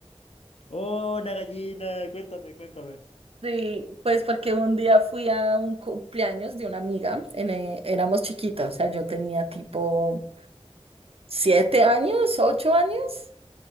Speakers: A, on the left (about 75°); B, on the right (about 65°).
A: ¡Oh, una gallina! Cuéntame, cuéntame.
B: Sí, pues porque un día fui a un cumpleaños de una amiga, en, eh, éramos chiquitas, o sea, yo tenía tipo siete años, ocho años,